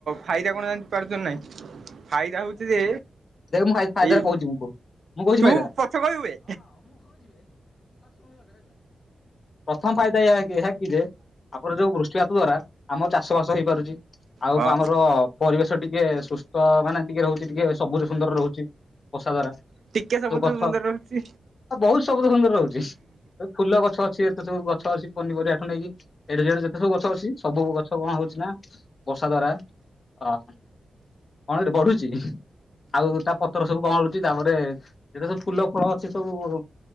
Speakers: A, on the right; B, on the left.
A: ଫାଇଦା କଣ ଜାଣି ପାରୁଛ ନା ନାଇଁ? ଫାଇଦା ହଉଚି ଯେ
B: ଦେଖ ମୁଁ ଫା ଫାଇଦା
A: ଏଇ
B: କହୁଛି ମୁଁ କ ମୁଁ କୋହୁଛି
A: ତୁ
B: ଶୁଣୁ ବେ।
A: ପଛ କହିବୁ ବେ
B: ପ୍ରଥମ ଫାଇଦା ଏହା କି ଏହା କି ଯେ ଆମର ଯୋଉ ବୃଷ୍ଟିପାତ ଦ୍ଵାରା ଆମର ଚାଷ ବାସ ହେଇପାରୁଚି ଆଉ
A: ହଁ
B: ପା ଆମର ପରିବେଶ ଟିକେ ସୁ ତ ମାନେ ଟିକେ ରହୁଛି ଟିକେ ସବୁଜ ସୁନ୍ଦର ରହୁଛି ବର୍ଷା ଦ୍ୱାରା।
A: ଟିକେ ସବୁଜ
B: ଯୋଉ ଗଛ
A: ସୁନ୍ଦର ରହୁଛି।
B: ଆ ବହୁତ ସବୁଜ ସୁନ୍ଦର ରହୁଚି। ଫୁଲ ଗଛ ଅଛି ଯେତେ ସବୁ ଗଛ ଅଛି ପନିପରିବାଠୁ ନେଇକି ଏଇଠି ସେଠୁ ଯେତେ ସବୁ ଗଛ ଅଛି ସବୁ ଗଛ କଣ ହଉଚଛି ନା ବର୍ଷା ଦ୍ଵାରା ଅ କଣ କିରେ ବଢୁଚି ଆଉ ତା ପତର ସବୁ କଁଳୁଚି ତାପରେ ଯେତେ ସବୁ ଫୁଲ ଫଳ ଅଛି ସବୁ